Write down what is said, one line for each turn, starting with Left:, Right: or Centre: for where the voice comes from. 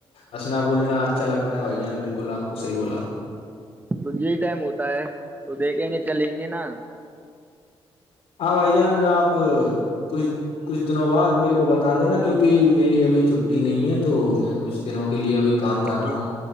Left: ہسنا بولنا اچھا لگتا بھائی جان بالکل آپ کو صحی بولا
Right: تو یہی ٹائم ہوتا ہے تو دیکھیں گے چلیں گے نا
Left: ہاں بھائی جان آپ کچھ کچھ دنوں بعد میرے کو بتا دینا کیوںکہ میری ابھی چھٹی نہیں ہے تو میں کچھ دنوں کے لیے اب کام کر رہا
Right: جی
Left: ہوں